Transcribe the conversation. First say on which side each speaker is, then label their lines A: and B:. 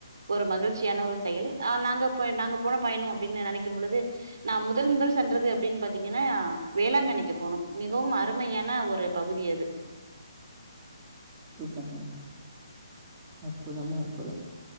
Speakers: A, on the right (about 75°); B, on the right (about 15°).
A: ஒரு மகிழ்ச்சியான ஒரு செயல் ஆஹ் நாங்க போன நாங்க போன பயணம் அப்புடின்னு நினைக்கும் பொழுது நான் முதல் முதல் சென்றது அப்புடின்னு பாத்தீங்கன்னா வேளாங்கண்ணிக்கு போனோம் மிகவும் அருமையான ஒரு பகுதி அது
B: சூப்பருங்க. அற்புதம் அற்புதம்